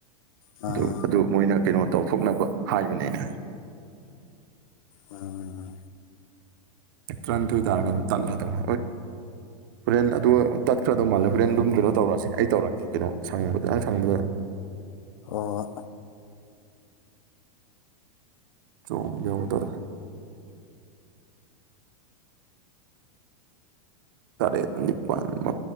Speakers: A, on the left (about 65°); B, on the right (about 35°).
A: ꯑꯥ
B: ꯑꯗꯨ ꯑꯗꯨ ꯃꯣꯏꯅ ꯀꯩꯅꯣ ꯇꯧꯊꯣꯛꯅꯕ ꯍꯥꯏꯕꯅꯦꯅ
A: ꯑꯥ
B: ꯇꯔꯥꯟꯏꯊꯣꯏ ꯇꯥꯔꯒ ꯑꯗꯨꯝ ꯇꯠꯂꯥꯗꯝ ꯍꯣꯔꯦꯟ ꯑꯗꯨꯒ ꯇꯠꯈ꯭ꯔꯗꯧ ꯃꯥꯜꯂꯦ ꯍꯣꯔꯦꯟ ꯑꯗꯨꯝ ꯀꯩꯅꯣ ꯇꯧꯔꯛꯑꯁꯦ ꯑꯩ ꯇꯧꯔꯛꯀꯦ ꯀꯩꯅꯣ ꯁꯪꯕꯗ ꯅꯪ ꯁꯪꯕꯗ
A: ꯍꯣꯏ
B: ꯆꯣꯡ ꯌꯧꯗꯣꯔꯦ ꯇꯔꯦꯠ ꯅꯤꯄꯥꯟ ꯃꯥ